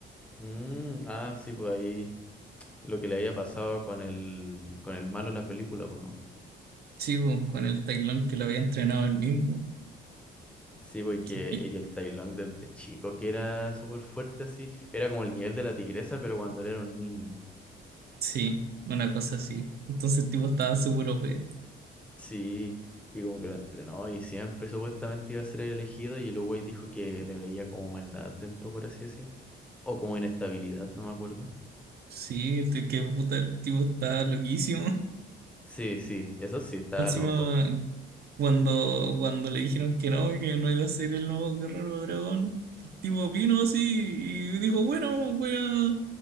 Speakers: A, in the centre; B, on the right (about 55°).
A: Mm, ah, sí, pues ahí lo que le había pasado con el, con el malo en la película, pues no.
B: Sí, po, con el tailón que lo había entrenado él mismo.
A: Sí, porque
B: <laughs>
A: el Tailón desde chico que era súper fuerte así, era como el nivel de la tigresa, pero cuando él era un niño.
B: Sí, una cosa así. Entonces el tipo estaba súper OP.
A: Sí, y como que lo entrenó y siempre supuestamente iba a ser el elegido y luego ahí dijo que le veía como maldad dentro, por así decir, o como inestabilidad, no me acuerdo.
B: Sí, el t- que puta, el tipo estaba loquísimo.
A: Sí, sí, eso sí,
B: Más
A: estaba
B: Encima,
A: loco.
B: cuando, cuando le dijeron que no, que no iba a ser el nuevo Guerrero Dragón, el tipo vino así y dijo, bueno, voy a,